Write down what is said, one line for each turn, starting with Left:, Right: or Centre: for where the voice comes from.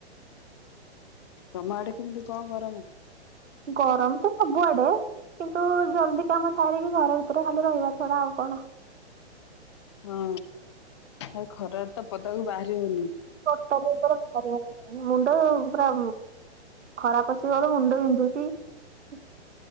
Left: ତମ ଆଡେ କେମିତି କଣ ଗରମ?
Right: ଗରମ ତ ସବୁଆଡେ । କିନ୍ତୁ ଜଲଦି କାମ ସାରିକି ଘର ଭିତରେ ଖାଲି ରହିବା ଛଡା ଆଉ କଣ ।
Left: ହଁ ଆଉ ଖରାରେ ତ ପଦାକୁ ବାହାରି ହଉନି ।
Right: <unintelligible> ମୁଣ୍ଡ ପୁରା। ଖରାପ ଆସିବର ମୁଣ୍ଡ ବିନ୍ଧୁଚି ।